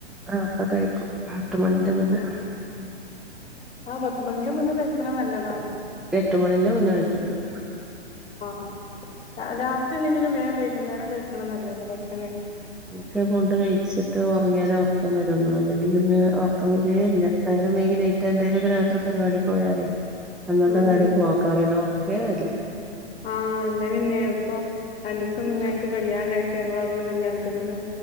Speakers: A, in the centre; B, on the left.
A: നേർത്ത കഴിക്കും എട്ടുമണിന്റെ
B: ഏഹ്
A: മുന്നെ
B: ആ പത്തു മണിന്റ് മുന്നേ കയ്ക്ക്ണ നല്ലതാണ്
A: എട്ട് മണിന്റെ മുന്നെ കഴിക്കും ഞ്ഞാൻ
B: ആ രാത്രി അല്ലെങ്കിലും വേം വൈകുന്നേരം കഴ്ക്ക്ണ നല്ലത ഭക്ഷ
A: ക്കെ കൊണ്ട് കഴിച്ചിട്ട് വ മുങ്ങിയാലൊ ഒർക്കം വരൊള്ളു. അല്ലെങ്കി പിന്നെ ഒർക്കം വരേ ഇല്ല. നേരം വൈകി ലേറ്റ എന്തേലൊകെ രാത്രി പരിപാടിക്കോയാല് അന്നത്തെ
B: ഉം
A: കാര്യം
B: ഉം
A: പോ കവിനോക്കെ വരില്ല
B: ആഹ് അങ്ങനെന്നെയാപ്പൊ രണ്ടീസം മുന്നേ ഞങ്ങക്ക് കല്യാണണ്ടായിട്ട് ഞങ്ങളവൗടുന്ന് കല്യാണത്തിങ്ങന്ന്